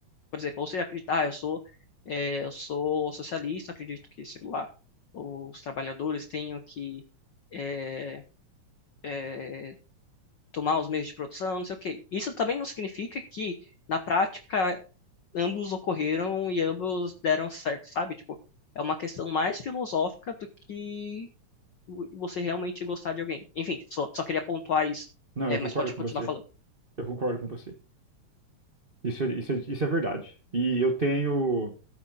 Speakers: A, on the left; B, on the right.
A: Por exemplo, você acreditar, ah, eu sou, eh, eu sou socialista, acredito que, sei lá, os trabalhadores tenham que eh, eh, tomar os meios de produção, não sei o quê. Isso também não significa que, na prática, ambos ocorreram e ambos deram certo, sabe? Tipo, é uma questão mais filosófica do que você realmente gostar de alguém. Enfim, só, só queria pontuar isso.
B: Não,
A: É,
B: eu
A: mas
B: concordo
A: pode
B: com
A: continuar
B: você.
A: falando.
B: Eu concordo com você. Isso, é- isso, é- isso é verdade. E eu tenho.